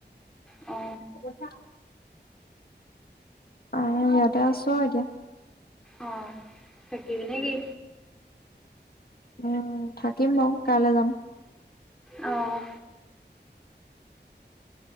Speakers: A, in the centre; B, on the left.
A: অ
B: পইচা অহ ইয়াতে আছো আও এতিয়া
A: অ থাকিবি নে কি
B: উ থাকিম বাও কাইলে যাম
A: অ'